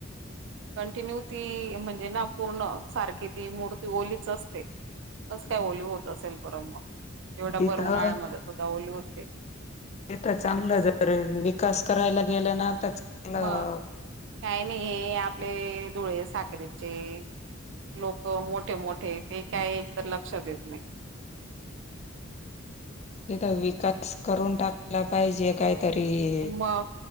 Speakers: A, on the right; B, on the left.
A: कंटिन्यू ती म्हणजे ना पूर्ण सारखी ती मूर्ती ओलीच असते. कस काय ओली होत असेल बर मग एवढ्या
B: तिथं
A: भरऊनाळ्यामध्ये सुद्धा ओली होते.
B: ते तर चांगलं जर विकास करायला गेलं ना तर चांगलं
A: मग काय नाही हे आपले धुळे साखरेचे. लोक मोठे मोठे ते काय? एक तर लक्ष देत नाही.
B: तिथ विकास करून टाकला पाहिजे काय? तरी
A: मग